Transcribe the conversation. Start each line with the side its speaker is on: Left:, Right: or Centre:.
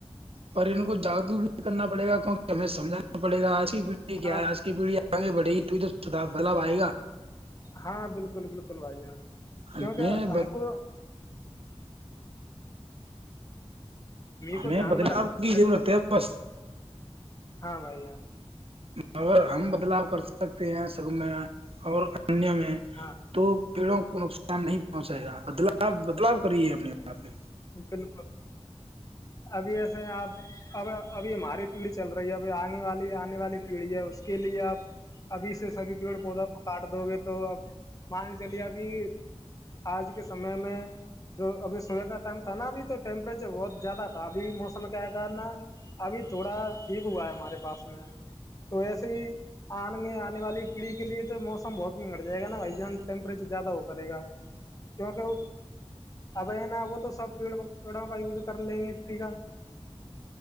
Right: پر ان کو جاگروک بھی کرنا پڑے گا کہ ہمیشہ سمجانا پڑے گا آج کی پیڑھی
Left: ہاں
Right: کیا ہے آج کی پیڑھییا آے بڑے یہ ت تو تو بدلاؤ آئےا
Left: ہاں بالکل بالکل بھائییا
Right: ہمیں
Left: کیونکہ ہم کو
Right: ہمیں
Left: کو دھیان
Right: بدلاؤ
Left: میں رکھنا
Right: کی
Left: پڑے
Right: ضرورت
Left: گا
Right: ہے بس
Left: ہاں بھائی یاار
Right: مگر ہم بدلاؤ کر سکتے پ سگم اور <unintelligible> دیا میں
Left: ہاں
Right: تو پیڑوں کو نقصان نہیں پہنچائے گا بدلا بدلاؤ کریے اپنے آپ میں
Left: بالکل ابھی ایسے آپ اب ابھی ہماری پیڑھی چل رہی ہے ابھی آنے والی آنے والی پیڑھی ہے اس کے لیے آپ ابھی سے سبھی پیڑ پودوں کو کاٹ دو گے تو اب مانگ چلیے ابھی آج کے سمے میں جو ابھی صبح کا تھا نا ابھی تو ٹیمپریچر بہت زیادہ تھا ابھی موسم کیا ہے کر نا ابھی تھوڑا ٹھیک ہوا ہے ہمارے پاس میں تو ایسے ہی آ آنے والی پیڑھی کے لیے تو موسم بہت منگٹ جائے گا نا بھائی جان ٹیمپریچر زیادہ ہو کرے گا کیکہ اب نا وہ تو سب پیڑوں کا یوز کر لیں گے کا